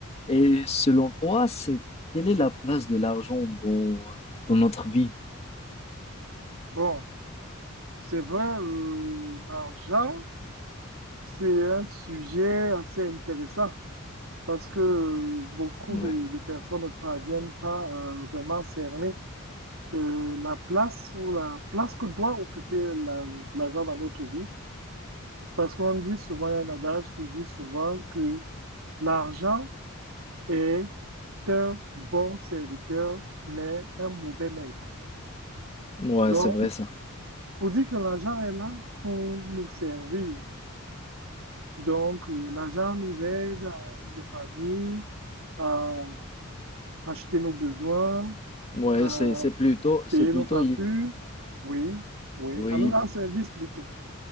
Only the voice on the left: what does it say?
Et selon toi, c'est quelle est la place de l'argent dans, dans notre vie?
Ouais,
ouais,
c'est vrai ça.
Ouais,
c'est c'est plutôt c'est
plutôt
il
oui,